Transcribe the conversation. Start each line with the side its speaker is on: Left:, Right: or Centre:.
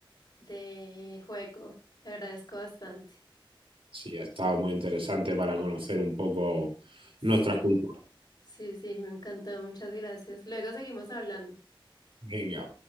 Left: de juego. Te agradezco bastante.
Right: Sí, ha estado muy interesante para conocer un poco
Left: Sí,
Right: nuestras culturas.
Left: sí, sí, me encantó, muchas gracias. Luego seguimos hablando.
Right: Venga.